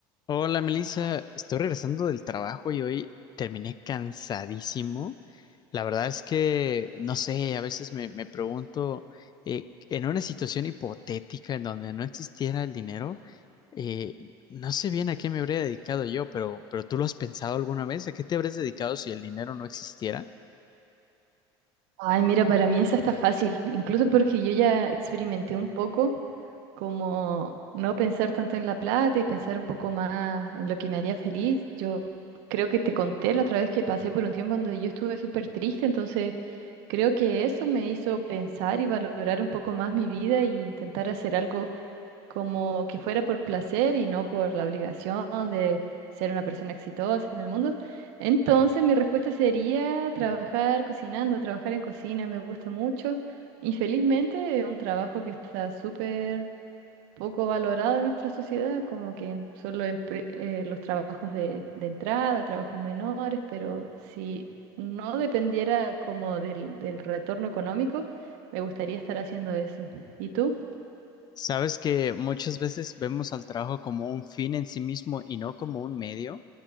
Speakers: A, on the left (about 35°); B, on the right (about 75°).
A: Hola Melissa, estoy regresando del trabajo y hoy terminé cansadísimo. La verdad es que, no sé, a veces me, me pregunto, eh, en una situación hipotética en donde no existiera el dinero, eh, no sé bien a qué me habría dedicado yo, pero, pero ¿tú lo has pensado alguna vez? ¿A qué te habrías dedicado si el dinero no existiera?
B: Ay, mira, para mí esa está fácil, incluso porque yo ya experimenté un poco como no pensar tanto en la plata y pensar un poco más en lo que me haría feliz. Yo creo que te conté la otra vez que pasé por un tiempo donde yo estuve súper triste, entonces creo que eso me hizo pensar y valorar un poco más mi vida y intentar hacer algo como que fuera por placer y no por la obligación de ser una persona exitosa en el mundo. Entonces, mi respuesta sería trabajar cocinando, trabajar en cocina, me gusta mucho. Infelizmente, es un trabajo que está súper poco valorado en nuestra sociedad, como que solo empre- eh, los trabajos de, de entrada, trabajos menores, pero si no dependiera como del, del retorno económico, me gustaría estar haciendo eso. ¿Y tú?
A: Sabes que muchas veces vemos al trabajo como un fin en sí mismo y no como un medio.